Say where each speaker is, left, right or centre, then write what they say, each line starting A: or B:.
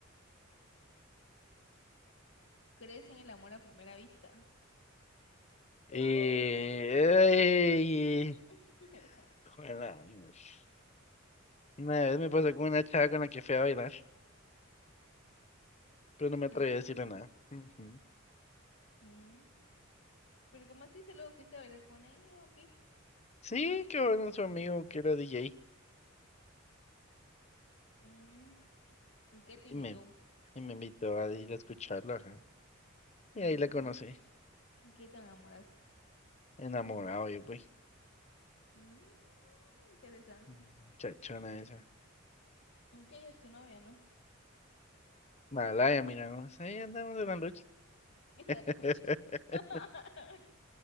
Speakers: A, on the left; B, on the left.
A: ¿crees en el amor a primera vista?
B: Eh,
A: Ay. <laughs>
B: Juela, Dios. Una vez me pasó con una chava con la que fui a bailar, pero no me atreví
A: Así.
B: a decirle nada. Ujú.
A: Mm. Pero ¿cómo así solo fuiste a bailar con ella o qué?
B: Sí, que bueno, su amigo que era DJ,
A: Mm, ¿y ¿qué te
B: y
A: invitó?
B: me, y me invitó a ir a escucharlo. ajá. Y
A: Mm,
B: ahí la conocí,
A: ¿y ¿qué te enamoraste?
B: enamorado yo, pues.
A: Mm, interesante.
B: Mm, Chachona esa.
A: ¿Y qué es tu novia, no?
B: Malaya, miramos, ahí andamos en la lucha.
A: <laughs> En la
B: <laughs>
A: lucha. <laughs>